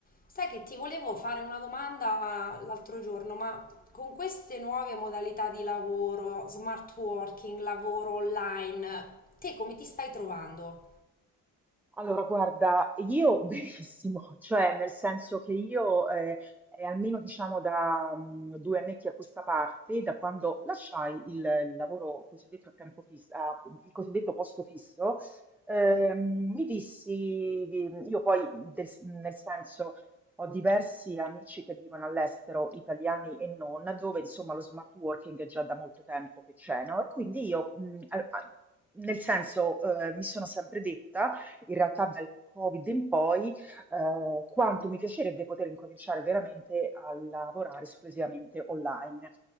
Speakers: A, on the left; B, in the centre.
A: Sai che ti volevo fare una domanda l'altro giorno, ma con queste nuove modalità di lavoro, smart working, lavoro online, te come ti stai trovando?
B: Allora, guarda, io benissimo, <laughs> cioè nel senso che io eh, è almeno diciamo da mm, due annetti a questa parte, da quando lasciai il il lavoro cosiddetto a tempo fisso, a- il cosiddetto posto fisso, ehm, mi dissi, mm, io poi del- nel senso ho diversi amici che vivono all'estero, italiani e non, dove insomma lo smart working è già da molto tempo che c'è, no? E quindi io, mm, a- a- nel senso, eh, mi sono sempre detta in realtà dal Covid in poi, eh, quanto mi piacerebbe poter incominciare veramente a lavorare esclusivamente online.